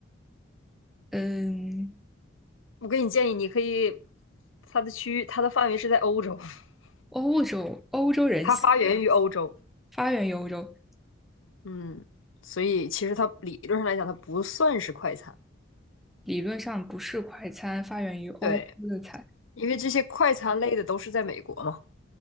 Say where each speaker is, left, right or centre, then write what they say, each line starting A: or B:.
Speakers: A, in the centre; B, on the left.
A: 嗯，
B: 我给你建议，你可以，它的区域，它的范围是在欧洲，<laughs>
A: 欧洲欧洲人
B: 它发源于欧洲，
A: 发源于欧洲，
B: 嗯，所以其实它理论上来讲，它不算是快餐，
A: 理论上不是快餐，发源于欧洲的菜。
B: 对，因为这些快餐类的都是在美国嘛。